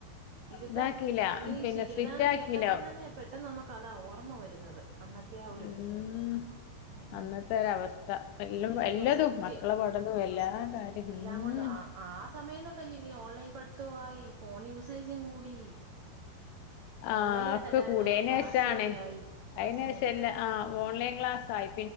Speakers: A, on the right; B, on the left.
A: ഇതിപ്പം
B: ഇതാക്കീല്ല.
A: ഇങ്ങനെ
B: പിന്നെ
A: ശിഖെല്ലാന്ന്
B: സ്ട്രിക്റ്റാക്കീല്ല.
A: കേട്ടപ്പം തന്നെ പെട്ടെന്ന് നമുക്ക് അതാ ഓർമ്മ വരുന്നത് അന്നത്തെ ആ ഒരു
B: ഉം
A: ഉം
B: അന്നത്തെരവസ്ഥ എല്ലം
A: അയ്യോ
B: എല്ലതും
A: സത്യം
B: മക്കളെ പഠനും എല്ലാ കാര്യം
A: എല്ലാം
B: ഉം
A: കൊണ്ടും ആ ആ സമയം തൊട്ടല്ലേ ഇനി ഓൺലൈൻ പഠി ത്തവായി ഫോൺ യൂസേജും കൂടി
B: ആഹ്
A: ഓൺലൈനായിട്ടല്ലായിരുന്നോ
B: ഒക്കെ കൂടി. അയിനേഷാണ്
A: ക്ലാസും ഒക്കെ ആയി
B: അയിനേഷം
A: ഉം
B: എല്ലാ ആ ഓൺലൈൻ ക്ലാസായി